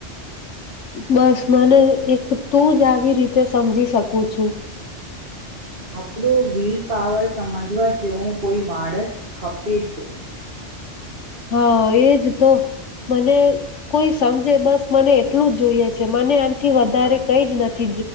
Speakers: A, on the left; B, on the right.
A: બસ મને એક તું જ આવી રીતે સમજી શકું છું
B: આપણું વ્હીલપાવર સમજવા જેવો કોઈ માણસ ખપે છે
A: હા એજ તો મને કોઈ સમજે બસ મને એટલું જ જોઈએ છે મને આથી વધારે કઈ જ નથી